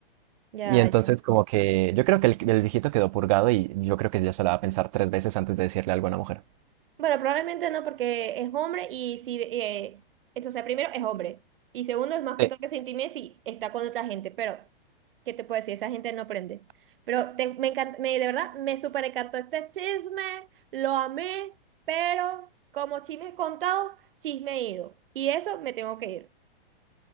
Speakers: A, on the right; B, on the right.
A: ya,
B: Y entonces
A: ya.
B: como que yo creo que el, el viejito quedó purgado y yo creo que ya se la va a pensar tres veces antes de decirle algo a una mujer.
A: Bueno, probablemente no, porque es hombre y si, eh, entonces o sea, primero es hombre y segundo es más que
B: Sí.
A: todo que se intime si está con otra gente, pero ¿qué te puedo decir? Esa gente no aprende. Pero te- me encanta, me, de verdad, me súper encantó este chisme, lo amé, pero como chisme contado, chisme ido. Y eso me tengo que ir.